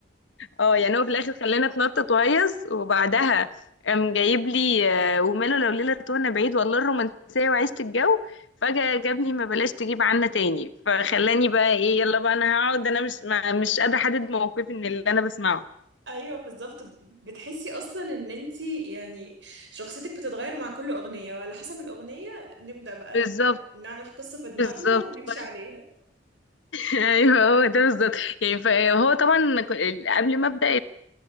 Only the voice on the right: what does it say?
ايوه بالظبط بتحسي اصلا ان انتي يعني شخصيتك بتتغير مع كل اغنيه وعلى حسب الاغنيه نبدا بقى
ن- نعمل قصه في دماغنا
ونمشي
عليها